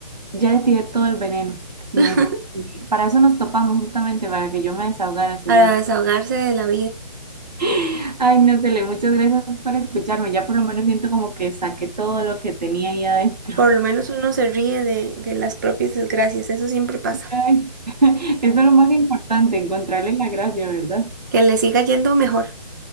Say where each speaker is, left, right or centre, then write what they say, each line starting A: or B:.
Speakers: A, on the right; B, on the right.
A: Ya le tiré todo el veneno mío.
B: <laughs>
A: Para eso nos topamos justamente, para que yo me desahogara, seguro.
B: para desahogarse de la vida.
A: <laughs> Ay, no sé, Le, muchas gracias por escucharme. Ya por lo menos siento como que saqué todo lo que tenía ahí adentro.
B: Por lo menos uno se ríe de, de las propias desgracias, eso siempre pasa.
A: Ay, <laughs> eso es lo más importante, encontrarle la gracia, ¿verdad?
B: Que le siga yendo mejor.